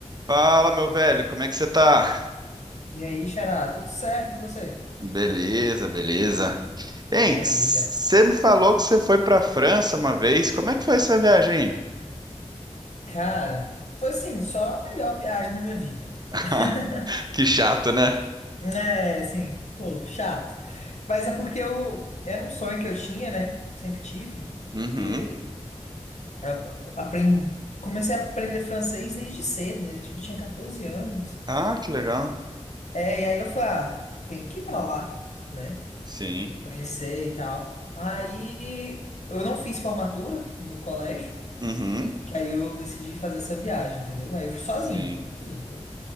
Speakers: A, on the right; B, on the left.
A: Fala, meu velho, como é que você tá?
B: E aí, Xará, tudo certo e você?
A: Beleza, beleza. Hein,
B: Maravilha.
A: você me falou que você foi pra França uma vez. Como é que foi essa viagem?
B: Cara, foi assim, só a melhor viagem da minha vida.
A: <laughs>
B: <laughs>
A: Que chato, né?
B: É, assim, pô, chato. Mas é porque eu era um sonho que eu tinha, né? Sempre tive,
A: Uhum.
B: que eu aprendi, comecei a aprender francês desde cedo, né? Desde que eu tinha 14 anos.
A: Ah, que legal.
B: É, e aí eu falei, ah, tem que ir pra lá, né?
A: Sim.
B: Conhecer e tal. Aí eu não fiz formatura no colégio.
A: Uhum.
B: Que aí eu decidi fazer essa viagem, entendeu? Aí eu fui sozinho,
A: Sim.
B: sozinho.